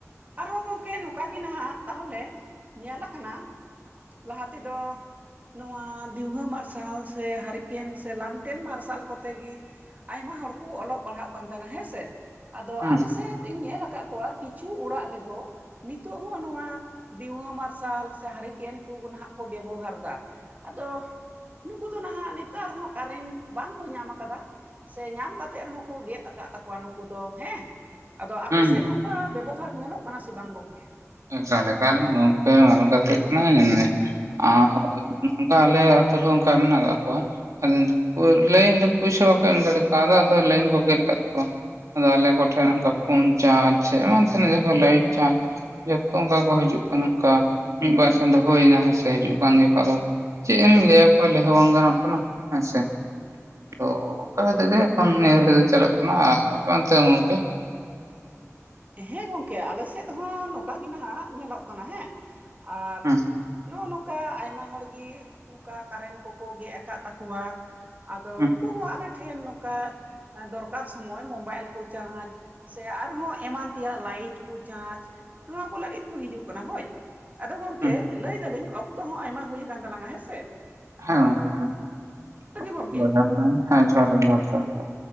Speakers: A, on the right (about 30°); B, on the right (about 75°).
A: ᱟᱨᱦᱚᱸ ᱜᱚᱢᱠᱮ ᱱᱚᱝᱠᱟ ᱜᱮ ᱱᱟᱦᱟᱜ ᱛᱟᱦᱚᱞᱮ ᱧᱮᱞ ᱠᱟᱱᱟ ᱞᱟᱦᱟ ᱛᱮᱫᱚ ᱱᱚᱣᱟ ᱫᱤᱣᱦᱟᱹ ᱢᱟᱨᱥᱟᱞ ᱥᱮ ᱦᱟᱹᱨᱠᱮᱱ ᱥᱮ ᱞᱟᱱᱴᱮᱱ ᱢᱟᱨᱥᱟᱞ ᱠᱚᱛᱮ ᱜᱤ ᱟᱭᱢᱟ ᱦᱚᱲᱠᱚ ᱚᱞᱚᱜ ᱯᱟᱲᱦᱟᱜ ᱠᱟᱱ ᱛᱟᱦᱮᱱᱟ ᱦᱮᱸᱥᱮ ᱟᱫᱚ
B: ᱦᱩᱸ
A: ᱟᱞᱮᱥᱮᱫ ᱤᱧ ᱧᱮᱞ ᱟᱠᱟᱫ ᱠᱚᱣᱟ ᱠᱤᱪᱷᱩ ᱚᱲᱟᱜ ᱨᱮᱫᱚ ᱱᱤᱛᱚᱜ ᱦᱚᱸ ᱱᱚᱣᱟ ᱫᱤᱣᱦᱟᱹ ᱢᱟᱨᱥᱟᱞ ᱥᱮ ᱦᱟᱨᱠᱮᱱ ᱠᱚ ᱱᱟᱦᱟᱜ ᱠᱚ ᱵᱮᱵᱚᱦᱟᱨ ᱫᱟ ᱟᱫᱚ ᱱᱩᱠᱩ ᱫᱚ ᱱᱟᱦᱟᱜ ᱱᱮᱛᱟᱨ ᱦᱚᱸ ᱠᱟᱨᱮᱱᱴ ᱵᱟᱝᱠᱚ ᱧᱟᱢ ᱠᱟᱫᱟ ᱥᱮ ᱧᱟᱢ ᱠᱟᱛᱮᱜ ᱨᱮᱦᱚᱸᱠᱚ ᱜᱮᱫ ᱟᱠᱟᱫ ᱛᱟᱠᱚᱣᱟ ᱱᱩᱠᱩ ᱫᱚ ᱦᱮᱸ ᱟᱫᱚ ᱟᱯᱮᱥᱮᱫ
B: ᱦᱩᱸ
A: ᱱᱚᱝᱠᱟ ᱵᱮᱵᱚᱦᱟᱨ ᱧᱮᱞᱚᱜ ᱠᱟᱱᱟ ᱥᱮ ᱵᱟᱝ ᱜᱚᱢᱠᱮ
B: ᱮᱠᱟᱞᱮᱠᱟᱮ ᱜᱚᱢᱠᱮ ᱱᱚᱜ-ᱚ ᱱᱚᱝᱠᱟ ᱠᱟᱹᱴᱤᱡ ᱠᱟᱱᱟ ᱧᱮᱞᱢᱮ <unintelligible> ᱱᱚᱝᱠᱟ ᱟᱞᱮ ᱟᱛᱳ ᱨᱮᱦᱚᱸ ᱚᱱᱠᱟ ᱢᱮᱱᱟᱜ ᱠᱟᱜ ᱠᱚᱣᱟ ᱟᱫᱚ ᱱᱤᱛᱚᱜ ᱠᱚ ᱞᱟᱹᱭᱟ ᱤᱧ ᱫᱚ ᱯᱩᱭᱥᱟᱹ ᱵᱟᱠᱚ ᱮᱢ ᱫᱟᱲᱮ ᱠᱚᱣᱫᱟ ᱟᱫᱚ ᱞᱟᱭᱤᱱ ᱠᱚ ᱜᱮᱫ ᱟᱠᱟᱫ ᱛᱚᱣᱟ ᱟᱫᱚ ᱟᱞᱮ ᱠᱚᱴᱷᱮᱱ ᱚᱱᱠᱟ ᱯᱷᱳᱱ ᱪᱟᱨᱡᱽ ᱮᱢᱟᱱ ᱛᱮᱱᱟᱜ ᱡᱟᱦᱟ ᱠᱚ ᱞᱟᱭᱤᱴ ᱪᱟᱨᱡᱽ ᱡᱚᱛᱚ ᱚᱱᱠᱟ ᱜᱮ ᱠᱚ ᱦᱤᱡᱩᱜ ᱠᱟᱱᱟ ᱚᱱᱠᱟ ᱢᱤᱫᱵᱟᱨ ᱪᱟᱸᱫᱳ ᱦᱳᱭᱱᱟ ᱦᱮᱸᱥᱮ ᱦᱤᱡᱩᱜ ᱠᱟᱱ ᱜᱮᱭᱟ ᱠᱚ ᱟᱫᱚ ᱪᱮᱫ ᱮᱢ ᱞᱟᱹᱭᱟᱠᱚᱣᱟ ᱞᱮᱦᱚᱸ ᱵᱟᱝ ᱜᱟᱱᱚᱜ ᱠᱟᱱᱟ ᱦᱮᱸᱥᱮ ᱛᱚ ᱚᱱᱠᱟ ᱠᱟᱛᱮ ᱜᱮ ᱮᱠᱷᱚᱱ ᱱᱤᱭᱟᱹ ᱜᱷᱟᱲᱤᱡ ᱫᱚ ᱪᱟᱞᱟᱜ ᱠᱟᱱᱟ ᱟᱨ ᱟᱯᱮ ᱚᱱᱛᱮ ᱜᱚᱢᱠᱮ
A: ᱦᱮᱸ ᱜᱚᱢᱠᱮ ᱟᱞᱮ ᱥᱮᱫ ᱦᱚᱸ ᱱᱚᱝᱠᱟ ᱜᱮ, ᱱᱟᱦᱟᱜ ᱧᱮᱞᱚᱜ ᱠᱟᱱᱟ ᱦᱮᱸ, ᱟᱨ
B: ᱦᱮᱸ
A: ᱱᱚᱜᱼᱚ ᱱᱚᱝᱠᱟ ᱟᱭᱢᱟ ᱦᱚᱲᱜᱮ, ᱱᱚᱝᱠᱟ ᱠᱟᱨᱮᱱᱴ ᱠᱚᱠᱚ ᱜᱮᱜ ᱟᱠᱟᱜ ᱛᱟᱠᱚᱶᱟ᱾ ᱟᱫᱚ
B: ᱦᱮᱸ
A: ᱱᱩᱠᱩ ᱦᱚᱸ ᱟᱞᱮᱴᱷᱮ ᱴᱷᱮᱱ ᱱᱚᱝᱠᱟ ᱫᱚᱨᱠᱟᱨ ᱥᱚᱢᱚᱭ, ᱢᱳᱵᱟᱭᱤᱞ ᱠᱚ ᱪᱟᱨᱡᱽ ᱥᱮ ᱟᱨᱦᱚᱸ ᱮᱢᱟᱱ ᱛᱮᱭᱟᱜ ᱞᱟᱭᱤᱴ ᱠᱚ ᱪᱟᱨᱡᱽ, ᱱᱚᱣᱟ ᱠᱚ ᱞᱟᱹᱜᱤᱫ ᱠᱚ ᱦᱤᱡᱩᱜ ᱠᱟᱱᱟ ᱦᱳᱭ᱾ ᱟᱫᱚ ᱜᱚᱝᱠᱮ
B: ᱦᱮᱸ
A: ᱞᱟᱹᱭ ᱫᱟᱞᱤᱧ, ᱚᱠᱛᱚ ᱦᱚᱸ ᱟᱭᱢᱟ ᱦᱳᱭ ᱠᱟᱱ ᱛᱟᱞᱟᱝᱟ ᱦᱮᱸᱥᱮ?
B: ᱦᱮᱸ ᱜᱚᱢᱠᱮ ᱦᱮᱸ, ᱚᱠᱛᱚ
A: ᱜᱚᱝᱠᱮ
B: ᱵᱟᱡᱟᱣᱱᱟ ᱦᱮᱸ ᱡᱚᱦᱟᱨ ᱜᱮ, ᱡᱚᱦᱟᱨ ᱡᱚᱦᱟᱨ᱾